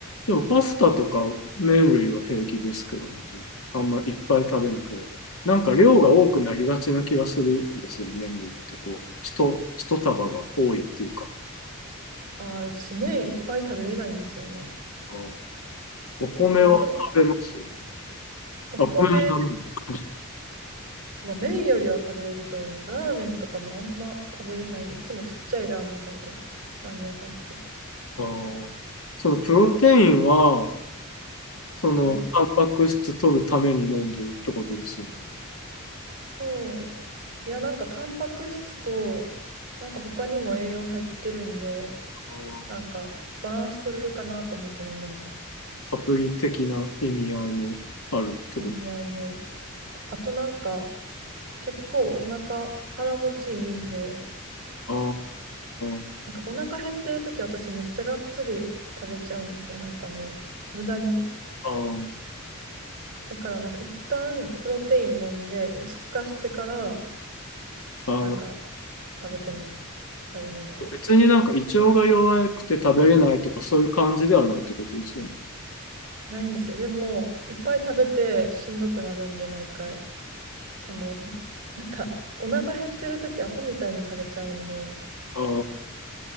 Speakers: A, on the left; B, on the right.
A: でもパスタとか麺類は平気ですけどね、自分。あんまいっぱい食べなければ。なんか量が多くなりがちな気がするんですよね、麺類って。こう、ひと、一束が多いっていうか。
B: ああ、私、麺いっぱい食べれないんですよね。
A: あーお米は食べます
B: いつもお米、
A: あ、お米もダメなのか。
B: まあ、麺よりは食べれると思います。ラーメンとかもあんま食べれないんで、いつもちっちゃいラーメン食べてます。ラーメン屋さん行って。
A: あーそのプロテインは、その、
B: はい。
A: タンパク質取るために飲んでるってことですよね。
B: そう。いや、なんかタンパク質と、なんか他にも栄養入ってるんで、
A: あー
B: なんかバランス取れるかなと思って飲んでます。
A: サプリ的な意味合いもあるってこ
B: 意味合いで。あとなんか、結構お腹、腹持ちいいんで、
A: とあー
B: なんかお腹減ってる時私めっちゃがっつり食べちゃうんですよ。なんかもう無駄に。
A: あー、
B: だからなんか一旦プロテイン飲んで落ち着かしてから
A: あー
B: なんか食べてます。食べ物を。
A: 別になんか胃腸が弱くて食べれないとかそういう感じではないってことですよね。
B: ないんですよ。でもいっぱい食べてしんどくなるんで毎回。その <laughs> なんかお腹減ってる時アホみたいに食べちゃうんで
A: ああ、